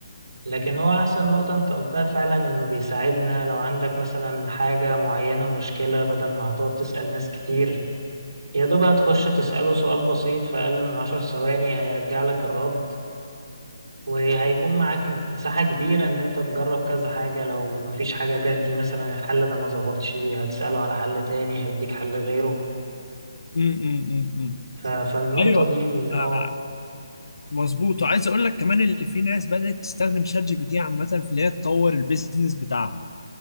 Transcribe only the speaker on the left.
أم أم أم أم.
ايوه
آه، مظبوط وعايز اقول لك كمان اللي في ناس بدأت تستخدم شات جي بي تي عامه في اللي هي تطور البيزنس بتاعها